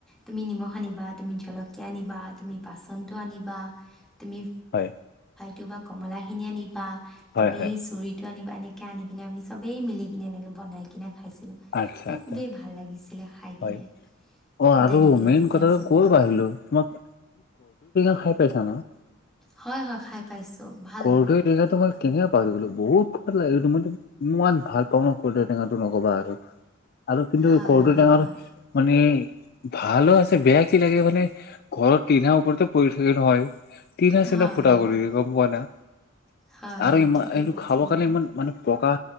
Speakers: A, in the centre; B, on the left.
A: তুমি নিমখ আনিবা তুমি জলক আনিবা তুমি বাচন আনিবা তুমি
B: হয়
A: জ বা কমলা খিনি আনিবা তুমি
B: হয় হয়
A: চুৰিতটো আনিবা তেনেকৈ আনি কিনে আমি চবেই মিলিকনে এনেকৈ বনাই কিনে খাইছিলোঁ
B: আচ্ছা
A: তো
B: আচ্ছা
A: খুবেই ভাল লাগিছিলে খাই কিনে
B: হয় অ আৰু
A: তেনেকৈ
B: মেইন
A: যেতিয়া
B: কথাটো
A: চবেই
B: ক'ৰ পৰা আহিলো তোমাক <unintelligible> খাই পাইছা না
A: হয় হয় খাই পাইছো ভাল
B: কৰদৈ
A: লাগে
B: টেঙাটো মই কেনেকে পাহৰি গ'লো বহুত খাদ লাগে এই মইো ইমান ভাল পাও ন ক টেঙাতটো নকবা আৰু আৰুপ
A: হয়
B: কটেঙ
A: হয়
B: আৰু
A: হয়
B: মানে ভালো আছে বেয়া কি লাগে মানে ঘৰৰ তিধা ওপৰতে পৰি থাকে নহয় তিনি হছে
A: হয়
B: ফুটা
A: হয়
B: কৰি গম পোৱা না
A: হয়
B: আৰু
A: হয়
B: ইমান
A: ঠিকেই
B: এইটো
A: কৈছা
B: খাব
A: তুমি
B: কাৰণে ইমান মানে পকা